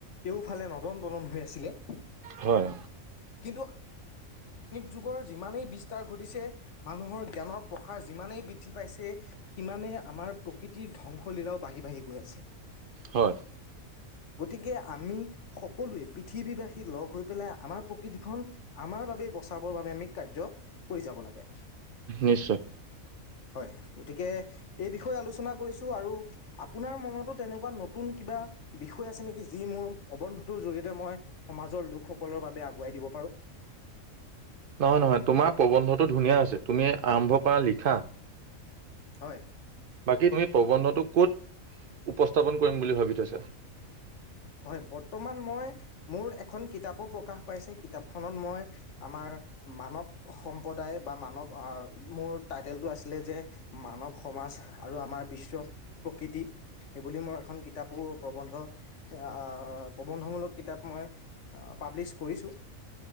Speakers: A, on the left (about 60°); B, on the right (about 65°).
A: কেউফালে নদন বদন হৈ আছিলে।
B: হয়।
A: <inaudible> যুগৰ যিমানেই বিস্তাৰ ঘটিছে মানুহৰ জ্ঞানৰ প্ৰসাৰ যিমানেই বৃদ্ধি পাইছে, সিমানেই আমাৰ প্ৰকৃতিৰ ধ্বংসলীলাও বাঢ়ি বাঢ়ি গৈ আছে।
B: হয়।
A: গতিকে, আমি সকলোৱে পৃথিৱীবাসী লগ হৈ পেলাই আমাৰ প্ৰকৃতিখন আমাৰ বাবে বচাবৰ বাবে আমি কাৰ্য কৰি যাব লাগে।
B: নিশ্চয়
A: হয়। গতিকে, এই বিষয়ে আলোচনা কৰিছো আৰু আপোনাৰ মনতো তেনেকুৱা নতুন কিবা বিষয় আছে নেকি যি মোৰ প্ৰবন্ধটোৰ জৰিয়তে মই সমাজৰ লোকসকলৰ বাবে বোৱাই দিব পাৰোঁ।
B: নহয়, নহয়, তোমাৰ প্ৰবন্ধটো ধুনীয়া হৈছে তুমি আৰম্ভ কৰা লিখা।
A: হয়।
B: বাকী তুমি, প্ৰবন্ধটো কত উপস্থাপন কৰিম বুলি ভাবি থৈছা।
A: হয়, বৰ্তমান মই মোৰ এখন কিতাপো প্ৰকাশ পাইছে, কিতাপখনত মই আমাৰ মানৱ সম্প্ৰদায় বা মানৱ আহ মোৰ টাইটেলটো আছিলে যে মানৱ সমাজ আৰু আমাৰ বিশ্ব প্ৰকৃতি সেইবুলি মই এখন কিতাপো প্ৰবন্ধ অঁ! প্ৰবন্ধমূলক কিতাপ মই পাব্লিছ কৰিছোঁ।